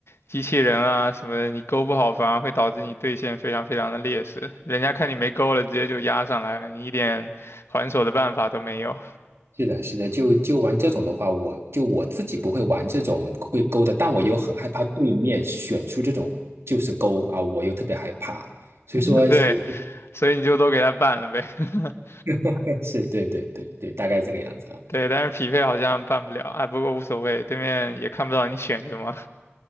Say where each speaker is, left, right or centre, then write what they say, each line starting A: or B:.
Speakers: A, on the left; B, on the right.
A: 机器人啊什么的，你勾不好反而会导致你对线非常非常的劣势，人家看你没勾了，直接就压上来了，你一点还手的办法都没有。
B: 是的，是的，就就玩这种的话，我就我自己不会玩这种会勾的，但我又很害怕对面选出这种就是勾啊，我又特别害怕，所以说，
A: <laughs> 对，
B: 所以说
A: 所以你就都给他办了呗。<laughs>
B: <laughs> 是对对对对，大概这个样子啊。
A: 对，但是匹配好像办不了，哎，不过无所谓，对面也看不到你选什么。